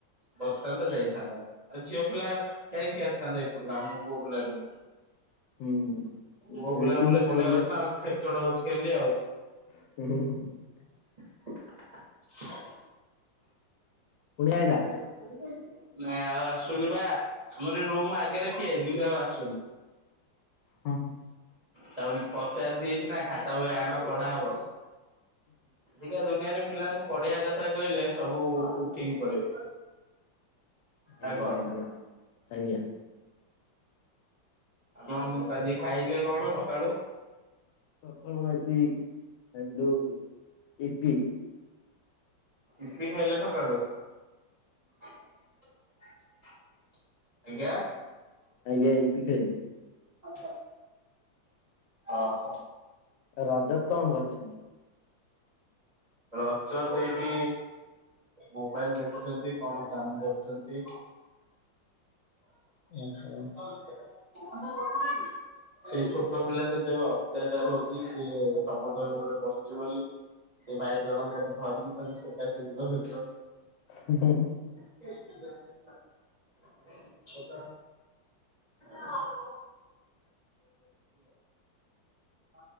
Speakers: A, on the right; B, on the left.
A: ବସିଥାନ୍ତା ଯାଇଥାନ୍ତା। ଆଉ ଝିଅ ପିଲା କାହିଁକି ଆସିଥାନ୍ତା ଏପଟକୁ ଆମ ପୁଅ ପିଲା ରୁମ୍
B: ହୁଁ
A: ମୋ ବୁଲାବୁଲି
B: ନିଶ୍ଚିନ୍ତ
A: ପଳେଇବା
B: ପୁଅ
A: କଥା ଖେଚଡ ହଉଛି ଖାଲି ଆଉ।
B: ହଁ।
A: <inaudible>
B: ପୁଣି ଆଇଲା।
A: <inaudible> ନାଇଁ ଆଉ ଆସୁନି ବା ଆମର ରୁମ ଆଗରେ ଠିଆ ହେଇଛି, କିନ୍ତୁ ଆଉ ଆସୁନି।
B: ହଁ।
A: ତାକୁ ପଚାରି ଦେଇକିନା ଖାତା ବହି ଆଣ ପଢା ହବ। ଆଜିକା ଦୁନିଆରେ ପିଲାଙ୍କୁ ପଢ଼ିଆ କଥା କହିଲେ ସବୁ ଉଠିକି ପଳେଇବେ
B: ଆଜ୍ଞା
A: ଆଉ କଣ?
B: ଆଜ୍ଞା ଆଜ୍ଞା।
A: ଆପଣ ଆଜି ଖାଇଲେ କଣ ସକାଳୁ?
B: ସକାଳୁ ଆଜି ଆଇଲୁ ୟିପି।
A: ୟୀପି ଖାଇଲ ସକାଳୁ। <inaudible> ଆଜ୍ଞା
B: ଆଜ୍ଞା ଇପି ଖାଇଲି।
A: <inaudible> ଓହୋ।
B: ରାଜତ କଣ କରୁଛନ୍ତି?
A: ରଜତ ଏଇଠି ମୋବାଇଲ ଦେଖୁଛନ୍ତି। କଣ କାମ କରୁଛନ୍ତି?
B: ଓହୋ
A: <inaudible> ସେଇ ଛୋଟ ପିଲା ସହିତ ଏବେ ଅତ୍ୟାଚାର ହଉଛି ସିଏ ସମସ୍ତଙ୍କ ଉପରେ ବସିୁଛି ବୋଲି। ସେ ଭାଇ ଜଣଙ୍କର ଧରିକି ତାକୁ ସେକାସେକି କରୁଛନ୍ତି
B: <inaudible>
A: <inaudible> ଚାଲିଛି ଆଉ। <inaudible>